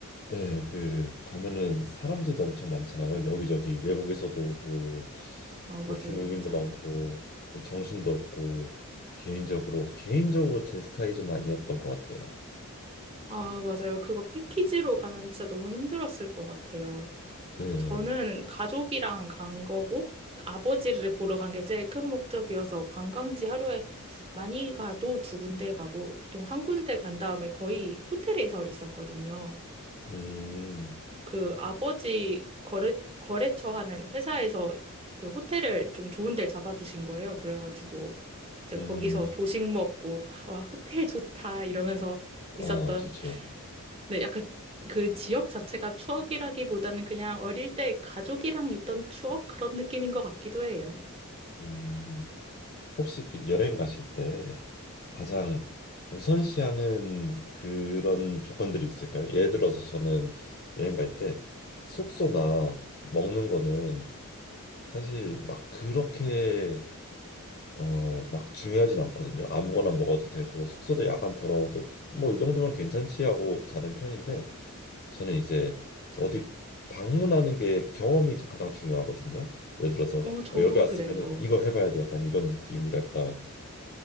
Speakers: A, on the left (about 40°); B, on the right (about 25°).
A: 예, 그 가면은 사람들도 엄청 많잖아요. 여기저기 외국에서도 오고
B: 아, 맞아요,
A: 뭐 중국인도
B: 맞아요.
A: 많고 정신도 없고 개인적으로 개인적으로 제 스타일은 아니었던 것 같아요.
B: 아, 맞아요. 그거 패키지로 가면 진짜 너무 힘들었을 것 같아요.
A: 예,
B: 저는 가족이랑 간 거고 아버지를 보러 간 게 제일 큰 목적이어서 관광지 하루에 많이 가도 두 군데 가고 보통 한 군데 간 다음에 거의 호텔에서 있었거든요.
A: 음,
B: 그 아버지 거래, 거래처 하는 회사에서 그 호텔을 좀 좋은 데 잡아주신 거예요. 그래가지고 이제
A: 음,
B: 거기서 조식 먹고 와, 호텔 좋다 이러면서 있었던
A: 아, 좋죠.
B: 네, 약간 그 지역 자체가 추억이라기보다는 그냥 어릴 때 가족이랑 있던 추억 그런 느낌인 것 같기도 해요.
A: 음. 혹시 그 여행 가실 때 가장 우선시하는 그런 조건들이 있을까요? 예를 들어서 저는 여행 갈 때 숙소나 먹는 거는 사실 막 그렇게 어 막 중요하진 않거든요. 아무거나 먹어도 되고 숙소도 약간 더러워도 뭐 이 정도면 괜찮지 하고 자는 편인데 저는 이제 어디 방문하는 게 경험이 가장 중요하거든요. 예를 들어서 어,
B: 어, 저도
A: 여기 왔으면은
B: 그래요.
A: 이거 해봐야 돼 약간 이런 느낌이랄까.